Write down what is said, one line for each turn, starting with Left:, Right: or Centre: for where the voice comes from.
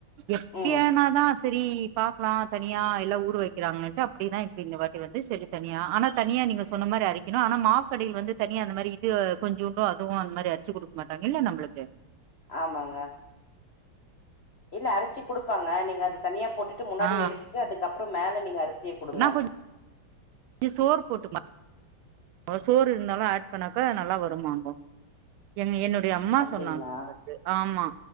Right: எப்பியனாதாஸ்
Left: ம்
Right: செரி பாக்கலாம் தனியா எல்லாம் ஊற வைக்கிறாங்கட்டு அப்டிதா இப்ப இந்த வாட்டி வந்து சரி தனியா ஆனா தனியா நீங்க சொன்ன மாரி அரிக்கணும் ஆனா மாவுக்கடையில வந்து தனியா அந்த மாரி இது கொஞ்சோ உண்டும் அதுவும் அந்த மாரி அர்ச்சு கொடுக்க மாட்டாங்க இல்ல நம்மளுக்கு
Left: ஆமாங்க இல்ல அரைச்சி குடுப்பாங்க நீங்க அது தனியா போட்டுட்டு முன்னாடி
Right: ஆ
Left: எடுத்துட்டு அதுக்கப் அப்புறம் மேல நீங்க அர் சிய கொடுங்க
Right: நா கொஞ்சோ சோறு போட்டு சோறு இருந்தாலும் ஆட் பண்ணாக்க நல்லா வருமாமா என்னோ அம்மா
Left: அப்டிங்களா
Right: சொன்னாங்க இது வந்து ஆமா